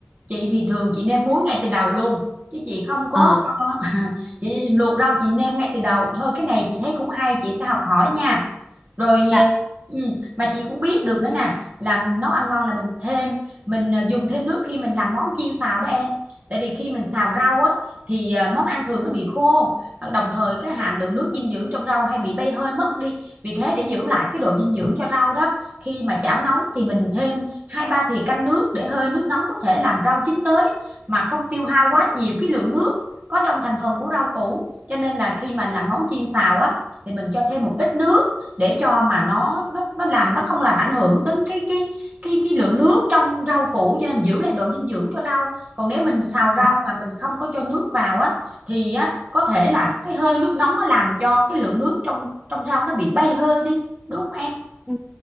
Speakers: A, on the right; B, in the centre.
A: chị thì thường chị nêm muối ngay từ đầu luôn chứ chị không có
B: Ờ,
A: <laughs> chị luộc rau chị nêm ngay từ đầu thôi cái này chị thấy cũng hay chị sẽ học hỏi nha rồi
B: dạ.
A: ờ, ừ, mà chị cũng biết được nữa nè làm nấu ăn ngon là mình thêm mình ờ, dùng thêm nước khi mình làm món chiên xào đó em tại vì khi mình xào
B: Có.
A: rau á thì ờ, món ăn thường nó bị khô ờ, đồng thời cái hàm lượng nước dinh dưỡng trong rau hay bị bay hơi mất đi vì thế để giữ lại cái độ dinh dưỡng cho rau đó khi mà chảo nóng thì mình thêm hai ba thì canh nước để hơi nước nóng có thể làm rau chín tới mà không tiêu hao quá nhiều cái lượng nước có trong thành phần của rau củ cho nên là khi mà làm món chiên xào á thì mình cho thêm một ít nước để cho mà nó nó nó làm nó không làm ảnh hưởng đến cái cái cái cái lượng nước trong rau củ cho nên giữ lại độ dinh dưỡng cho rau còn nếu mình xào rau
B: Ừ.
A: mà mình không có cho nước vào á thì á có thể là cái hơi nước nóng nó làm cho cái lượng nước trong trong rau nó bị bay hơi đi đúng không em
B: Ừ.